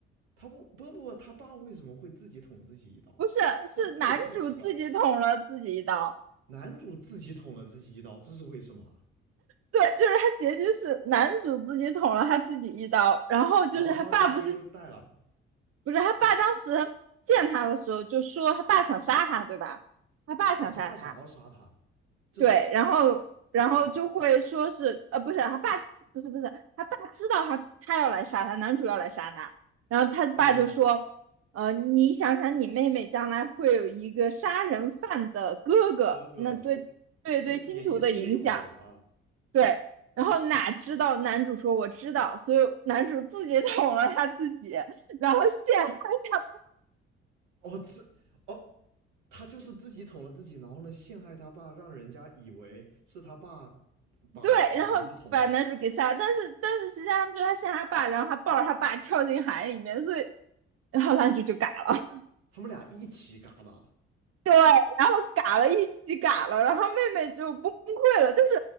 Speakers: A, on the right; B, on the right.
A: 他不不不，他爸为什么会自己捅自己一刀啊？
B: 不是，是男主自己捅了自己一刀。
A: 这这也太奇怪了吧！男主自己捅了自己一刀，这是为什么啊？
B: 对，就是他结局是男主自己捅了他自己一刀，然后就是他爸不是
A: 然后他他爹就带了，
B: 不是他爸当时见他的时候就说他爸想杀他，对吧？他爸想杀他，
A: 哦，他爸想要杀他，这是
B: 对，然后然后就会说是呃不是他爸不是不是他爸知道他他要来杀他，
A: 他啊哦
B: 男主要来杀他，然后他爸就说呃你想想你妹妹将来会有一个杀人犯的哥哥，
A: 哦，哥哥所
B: 那对对对星图的影响。
A: 就演艺事业就毁了啊。
B: 对，然后哪知道男主说我知道，所以男主自己 <laughs> 捅了他自己，然后陷害他，
A: 哦，这哦，他就是自己捅了自己，然后呢陷害他爸，让人家以为是他爸把把男主捅了，
B: 对，然后把男主给杀了。但是但是实际上他们就他陷害他爸，然后他抱着他爸跳进海里面，所以然后男主就嘎了。
A: 他们俩一起嘎的。
B: 对，然后嘎了一句嘎了，然后妹妹就崩溃了。但是